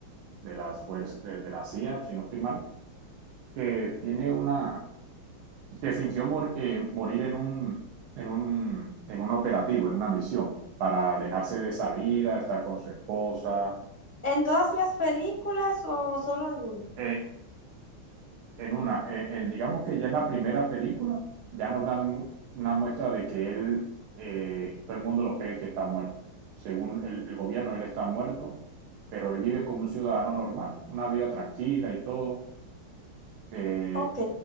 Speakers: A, on the right; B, on the right.
A: de las fuerzas, de, de la CIA, si no estoy mal, que tiene una, que fingió mor- eh, morir en un, en un, en un operativo, en una misión, para alejarse de esa vida, estar con su esposa.
B: ¿En todas las películas o solo en una?
A: Eh, en una, eh, eh, digamos que ya en la primera película ya nos dan una muestra de que él, eh, todo el mundo lo cree que está muerto. Según el, el gobierno, él está muerto, pero él vive como un ciudadano normal, una vida tranquila y todo, eh,
B: Ok.